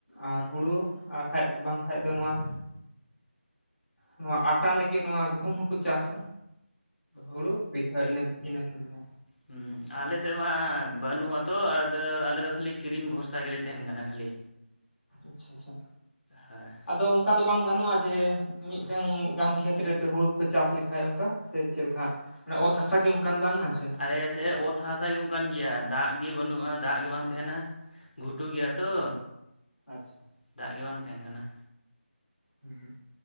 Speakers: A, in the centre; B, on the left.
A: ᱟᱨ ᱦᱩᱲᱩ ᱠᱷᱟᱡ ᱵᱟᱝᱠᱷᱟᱡ ᱫᱚ ᱱᱚᱣᱟ ᱱᱚᱣᱟ ᱟᱴᱟ ᱞᱟᱹᱜᱤᱫ ᱱᱚᱣᱟ ᱜᱩᱦᱩᱢ ᱦᱚᱠᱚ ᱪᱟᱥᱟ ᱦᱩᱲᱩ ᱯᱤᱴᱷᱟᱹ ᱤᱱᱟᱹᱛᱮ ᱤᱱᱟᱹᱠᱤᱱᱜᱮ
B: ᱦᱩᱸ ᱟᱞᱮ ᱥᱮᱫ ᱢᱟ ᱵᱟᱹᱱᱩᱜ ᱟᱛᱚ ᱟᱫᱚ ᱟᱞᱮ ᱫᱚ ᱠᱷᱟᱹᱞᱤ ᱠᱤᱨᱤᱧ ᱵᱷᱚᱨᱥᱟ ᱜᱮᱞᱮ ᱛᱟᱦᱮᱱ ᱠᱟᱱᱟ ᱠᱷᱟᱹᱞᱤ
A: ᱟᱪᱪᱷᱟ ᱟᱪᱪᱷᱟ
B: ᱦᱮᱸ
A: ᱟᱫᱚ ᱚᱱᱠᱟ ᱫᱚ ᱵᱟᱝ ᱜᱟᱱᱚᱜᱼᱟ ᱡᱮ ᱢᱤᱫᱴᱝ ᱜᱟᱱ ᱠᱷᱮᱛ ᱨᱮᱯᱮ ᱦᱩᱲᱩ ᱯᱮ ᱪᱟᱥ ᱞᱮᱠᱷᱟᱡ ᱚᱱᱠᱟ ᱥᱮ- ᱪᱮᱫ ᱞᱮᱠᱟ ᱢᱟᱱᱮ ᱚᱛ ᱦᱟᱥᱟ ᱜᱮ ᱚᱱᱠᱟᱱ ᱵᱟᱝ ᱟ ᱥᱮ
B: ᱟᱞᱮᱥᱮᱫ ᱚᱛ ᱚᱛ ᱦᱟᱥᱟ ᱜᱮ ᱚᱱᱠᱟᱱ ᱜᱮᱭᱟ ᱫᱟᱜ ᱜᱮ ᱵᱟᱹᱱᱩᱜᱼᱟ ᱫᱟᱜ ᱜᱮ ᱵᱟᱝ ᱛᱟᱦᱮᱱᱟ ᱜᱷᱩᱴᱩ ᱜᱮᱭᱟ ᱛᱚ
A: ᱟᱪᱪᱷᱟ
B: ᱫᱟᱜ ᱜᱮ ᱵᱟᱝ ᱛᱟᱦᱮᱱ ᱠᱟᱱᱟ
A: ᱦᱩᱸ